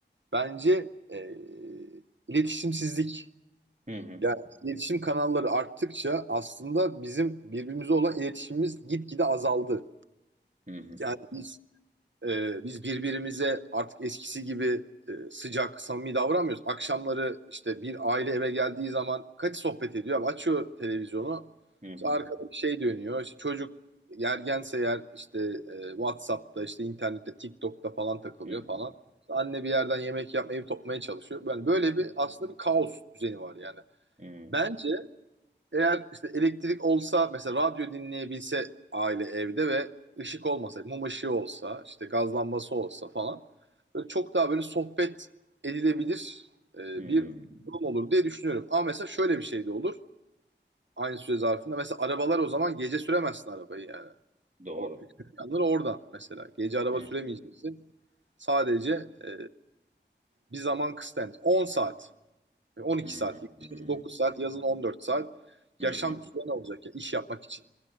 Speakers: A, on the right (about 80°); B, on the right (about 40°).
A: bence e, iletişimsizlik.
B: Hı hı.
A: Yani iletişim kanalları arttıkça aslında bizim birbirimize olan iletişimimiz gitgide azaldı.
B: Hı hı.
A: Yani biz e, biz birbirimize artık eskisi gibi e, sıcak, samimi davranmıyoruz. Akşamları işte bir aile eve geldiği zaman kaç sohbet ediyor? Abi açıyor televizyonu.
B: Hı hı.
A: İşte arkada bir şey dönüyor. İşte çocuk yergense yer işte e, WhatsApp'ta, işte internette, TikTok'ta falan takılıyor
B: Hı
A: falan.
B: hı.
A: İşte anne bir yerden yemek yapmayı toplamaya çalışıyor. Yani böyle bir aslında bir kaos düzeni var yani.
B: Hı
A: Bence eğer işte elektrik olsa mesela radyo dinleyebilse aile evde ve ışık olmasa, mum ışığı olsa, işte gaz lambası olsa falan böyle çok daha böyle sohbet edilebilir e,
B: hı. Hı.
A: bir durum olur diye düşünüyorum. Ama mesela şöyle bir şey de olur aynı süre zarfında. Mesela arabalar o zaman gece süremezsin arabayı yani.
B: Doğru.
A: O yanları oradan mesela. Gece araba
B: Hı
A: süremeyeceksin.
B: hı,
A: Sadece e, bir zaman kısıtlı. on saat. 12
B: hı
A: saat, kışın
B: hı,
A: 9 saat, yazın 14 saat
B: hı
A: yaşam
B: hı.
A: süren olacak ya iş yapmak için.